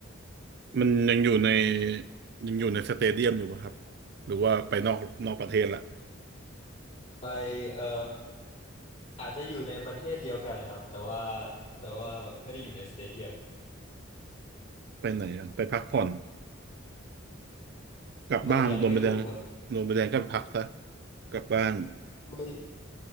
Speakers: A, on the right; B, on the left.
A: มันยังอยู่ในยังอยู่ในสเตเดียมอยู่ปะครับหรือว่าไปนอกนอกประเทศละ
B: ไปเอ่ออาจจะอยู่ในประเทศเดียวกันนะครับแต่ว่าแต่ว่าแบบไม่ได้อยู่ในสเตเดียม
A: ไปไหนอะไปพักผ่อนกลับบ้านโดนใบแดง
B: ไม่ยังไม่ถูกครับ
A: โดนใบแดงก็พักซะกลับบ้าน
B: โอ้ย